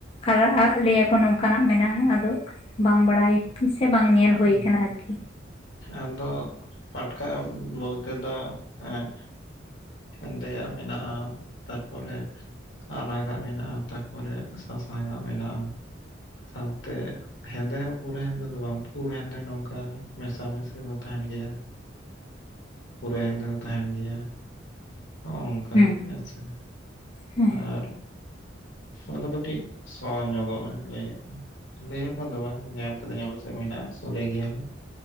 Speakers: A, on the left; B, on the left.
A: ᱟᱨᱟ-ᱟᱜ ᱞᱟᱹᱭ ᱟᱠᱚ ᱱᱚᱝᱠᱟᱱᱟᱜ ᱢᱮᱱᱟᱜ-ᱟ ᱟᱫᱚ ᱵᱟᱝ ᱵᱟᱲᱟᱭ ᱥᱮ ᱵᱟᱝ ᱧᱮᱞ
B: ᱦᱩᱸ
A: ᱦᱩᱭ ᱟᱠᱟᱱᱟ ᱟᱨᱠᱤ᱾
B: ᱟᱫᱚ ᱯᱟᱴᱠᱟ ᱩᱸᱫ ᱵᱚᱞᱛᱮ ᱫᱚ ᱮᱸᱜ ᱦᱮᱸᱫᱮᱭᱟᱜ ᱢᱮᱱᱟᱜᱼᱟ ᱛᱟᱨᱯᱚᱨᱮ ᱟᱨᱟᱜᱟᱜ ᱢᱮᱱᱟᱜᱼᱟ ᱛᱟᱨᱯᱚᱨᱮ ᱥᱟᱥᱟᱝᱟᱜ ᱢᱮᱱᱟᱜᱼᱟ᱾ ᱥᱟᱶᱛᱮ ᱦᱮᱸᱫᱮ ᱦᱚᱸ ᱯᱩᱨᱟᱹ ᱦᱮᱸᱫᱮ ᱫᱚ ᱵᱟᱝ᱾ ᱯᱩᱲ ᱦᱮᱸᱫᱮ ᱱᱚᱝᱠᱟ ᱢᱮᱥᱟ ᱢᱮᱥᱤ ᱦᱚᱸ ᱛᱟᱦᱮᱱ ᱜᱮᱭᱟ᱾ ᱯᱩᱨᱟᱹ ᱦᱮᱸᱫᱮ ᱦᱚᱸ ᱛᱟᱦᱮᱱ ᱜᱮᱭᱟ ᱦᱚᱸᱜᱼᱚᱝᱠᱟ
A: ᱦᱩᱸ
B: ᱦᱮᱸ ᱥᱮ᱾
A: ᱦᱮᱸ
B: ᱟᱨ ᱚᱱᱟ ᱫᱚ ᱠᱟᱴᱤᱡ ᱥᱚ ᱧᱚᱜᱚᱜᱼᱟ ᱞᱟᱹᱭ ᱟᱠᱚ᱾ ᱞᱟᱹᱭᱟᱠᱚ ᱫᱚ ᱵᱟᱝ ᱧᱮᱞ ᱠᱟᱹᱫᱟᱧ ᱟᱞᱮ ᱥᱮᱫ ᱦᱚᱸ ᱢᱮᱱᱟᱜᱼᱟ᱾ ᱥᱚᱲᱮ ᱜᱮᱭᱟ ᱞᱮ